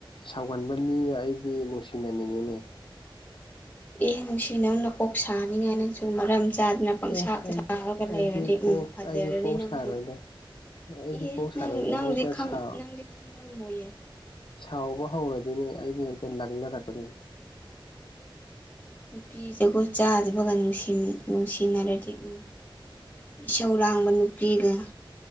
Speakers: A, on the left; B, on the left.
A: ꯁꯥꯎꯒꯟꯕ ꯃꯤꯒ ꯑꯩꯗꯤ ꯅꯨꯡꯁꯤꯅꯅꯤꯡꯉꯤꯅꯦ
B: ꯑꯦ ꯅꯨꯡꯁꯤ ꯅꯪ ꯅꯀꯣꯛ ꯁꯥꯅꯤꯡꯉꯥꯏ ꯅꯪꯁꯨ ꯃꯔꯝ ꯆꯥꯗꯅ ꯄꯪꯁꯥꯇ
A: ꯑꯦ ꯑꯩ
B: ꯁꯥꯔꯒ
A: ꯑꯩꯗꯤ
B: ꯂꯩꯔꯗꯤ
A: ꯀꯣꯛ
B: ꯎ ꯐꯖꯔꯅꯤ
A: ꯑꯩꯗꯤ ꯀꯣꯛ
B: ꯅꯪꯁꯨ
A: ꯁꯥꯔꯣꯏꯗ ꯑꯩꯗꯤ
B: ꯏ
A: ꯀꯣꯛ ꯁꯥꯔꯣꯏꯗ
B: ꯅꯪ ꯅꯪꯗꯤꯪ
A: ꯍꯦꯛꯇ ꯁꯥꯎ
B: ꯅꯪꯗꯤ ꯈꯪ ꯉꯝꯃꯣꯏꯌꯦ
A: ꯁꯥꯎꯕ ꯍꯧꯔꯗꯤꯣꯏꯅꯦ ꯑꯩꯗꯤ ꯍꯦꯛꯇ ꯂꯪꯅꯔꯛꯀꯗꯣꯏꯅꯤ
B: ꯅꯨꯄꯤꯗꯨꯒ ꯆꯥꯗꯕꯒ ꯅꯨꯡꯁꯤꯅꯔꯗꯤ ꯎ ꯏꯆꯧꯔꯥꯡꯕ ꯅꯨꯄꯤꯒ